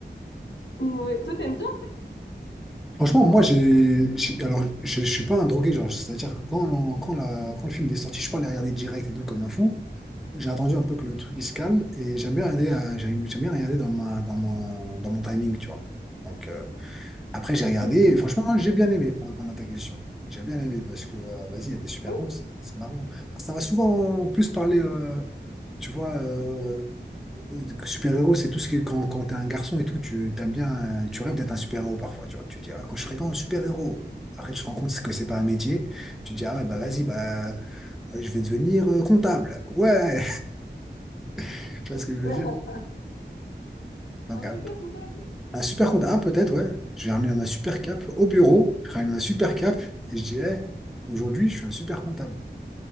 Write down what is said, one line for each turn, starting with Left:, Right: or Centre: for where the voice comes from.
Left: Ouais. Toi, t'aimes bien?
Centre: Franchement, moi, j'ai, j'ai- alors, je, je suis pas un drogué, genre, c'est-à-dire que quand, l'on- quand, la- quand le film est sorti, je suis pas allé regarder direct et tout comme un fou. J'ai attendu un peu que le truc il se calme et j'aime bien regarder, euh, j'aime j'aime bien regarder dans ma, dans mon, dans mon timing, tu vois. Donc, euh, après, j'ai regardé
Left: Mhm.
Centre: et franchement, j'ai bien aimé pour répondre à ta question. J'ai bien aimé parce que, euh, vas-y, il y a des super
Left: Ouais.
Centre: bons, c'est c'est marrant. Ça va souvent en plus parler, euh, tu vois, euh, euh, super-héros, c'est tout ce qui est quand, quand t'es un garçon et tout, tu t'aimes bien, euh, tu rêves d'être un super-héros parfois, tu vois. Tu dis, ah, quand je serai grand, un super-héros. Après, tu te rends compte que c'est pas un métier. Tu dis, ah, ouais, bah vas-y, bah, euh, je vais devenir euh, comptable. Ouais, <laughs> tu vois ce que je veux
Left: <laughs>
Centre: dire? Donc,
Left: Un super
Centre: un,
Left: comptable.
Centre: un super comptable, ah, peut-être, ouais. Je vais ramener ma super cape au bureau, je ramène ma super cape et je dis, eh, aujourd'hui, je suis un super comptable.